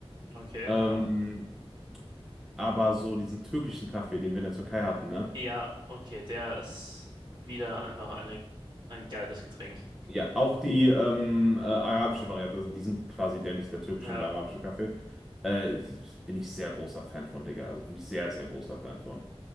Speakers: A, on the right; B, in the centre.
A: okay,
B: Ähm,
A: ja.
B: aber so diesen türkischen Kaffee, den wir in der Türkei hatten, ne?
A: Ja, okay, der ist wieder einfach eine, ein geiles Getränk.
B: Ja, auch die ähm, äh, arabische Variante, also die sind quasi identisch, der türkische
A: Ja,
B: und der arabische Kaffee. Äh, bin ich sehr großer Fan von, Digga. Also wirklich sehr, sehr großer Fan von.